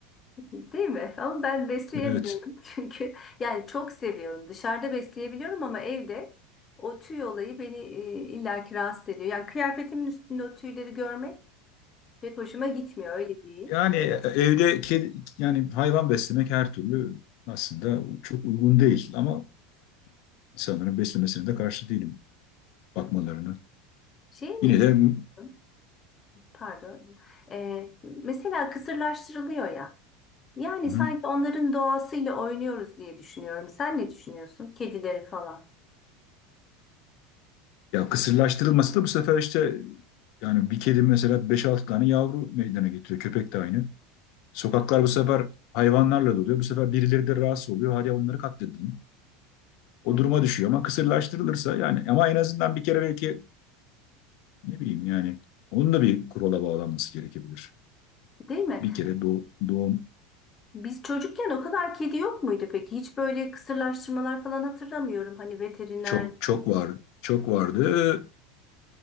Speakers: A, on the left (about 30°); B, on the left (about 60°).
A: Değil mi? Ama ben besleyemiyorum
B: Evet.
A: <laughs> çünkü yani çok seviyorum. Dışarıda besleyebiliyorum ama evde o tüy olayı beni e, illaki rahatsız ediyor. Yani kıyafetimin üstünde o tüyleri görmek pek hoşuma gitmiyor öyle diyeyim.
B: Yani e, evde kedi, yani hayvan beslemek her türlü aslında çok uygun değil ama insanların beslemesine de karşı değilim bakmalarını.
A: Hı hı. Şey ne
B: Yine
A: düşünüyorsun?
B: de hı
A: Pardon. Ee, mesela kısırlaştırılıyor ya. Yani
B: hı.
A: sanki onların doğasıyla oynuyoruz diye düşünüyorum. Sen ne düşünüyorsun? Kedileri falan.
B: ya kısırlaştırılması da bu sefer işte yani bir kedi mesela 5-6 tane yavru meydana getiriyor. Köpek de aynı. Sokaklar bu sefer hayvanlarla doluyor. Bu sefer birileri de rahatsız oluyor. Hadi onları katledelim. O
A: Hı.
B: duruma düşüyor ama kısırlaştırılırsa yani ama en azından bir kere belki Ne bileyim yani onun da bir kurala bağlanması gerekebilir.
A: Değil mi?
B: Bir kere doğ- doğum
A: Biz çocukken o kadar kedi yok muydu peki? Hiç böyle kısırlaştırmalar falan hatırlamıyorum. Hani veteriner...
B: çok çok var çok vardı.